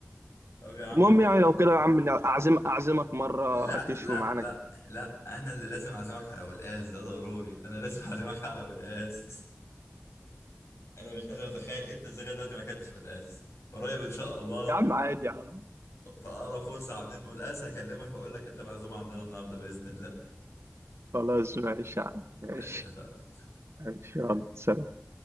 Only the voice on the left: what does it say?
طب يا عم
حلو
لا
لا
لا
لا انا اللي لازم اعزمك على قلقاس ده ضروري انا لازم <laughs> اعزمك على قلقاس <laughs> انا مش قادر اتخيل انت ازاي لغاية دلوقتي ما اكلتش قلقاس قريب ان شاء الله
فأقرب فرصة عم ننقل قاس هكلمك وأقول لك أنت معزوم عندنا النهاردة بإذن الله
اتفق